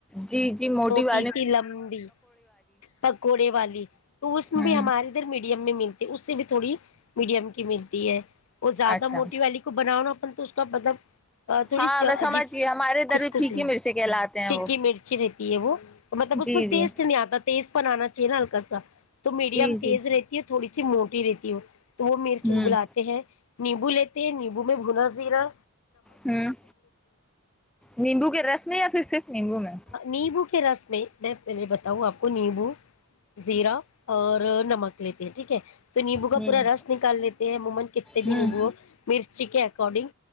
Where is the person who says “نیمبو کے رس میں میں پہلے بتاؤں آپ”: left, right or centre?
Left